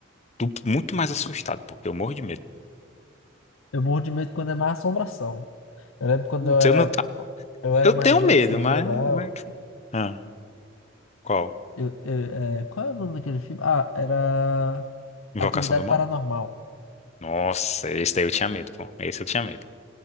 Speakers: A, on the left; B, on the left.
A: du- muito mais assustado, porque eu morro de medo.
B: Eu morro de medo quando é má assombração. Eu lembro quando
A: Putz,
B: eu era,
A: Eu, não, tá-
B: eu era
A: eu
B: mais
A: tenho
B: novo
A: medo,
B: que eu
A: mas,
B: via lá.
A: mas... Ah, qual?
B: Eu, eu- é, qual é o nome daquele filme? Ah, era
A: Invocação
B: Atividade
A: do Mal?
B: Paranormal.
A: Nossa, esse daí eu tinha medo, pô. Esse eu tinha medo.